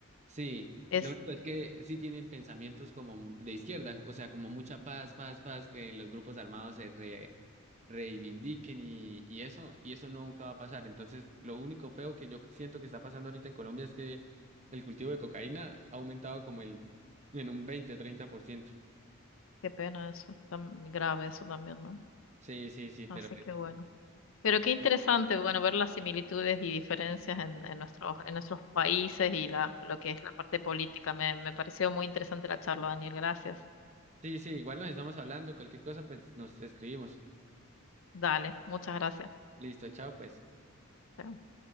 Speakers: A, on the right; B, on the left.
A: Sí,
B: Es,
A: lo único es que sí tienen pensamientos como de izquierda, o sea, como mucha paz, paz, paz, que los grupos armados se re- reivindiquen y, y eso, y eso nunca va a pasar. Entonces, lo único feo que yo siento que está pasando ahorita en Colombia es que el cultivo de cocaína ha aumentado como el, en un veinte treinta por ciento
B: qué pena eso, tan grave eso también, ¿no?
A: Sí, sí, sí, pero
B: Así
A: pues,
B: que bueno. Pero qué interesante,
A: no.
B: bueno, ver las similitudes y diferencias en, en nuestros, en nuestros países y la, lo que es la parte política. Me, me pareció muy interesante la charla, Daniel. Gracias.
A: Sí, sí, igual nos estamos hablando, cualquier cosa, pues nos escribimos.
B: Dale, muchas gracias.
A: Listo, chao, pues.
B: Chao.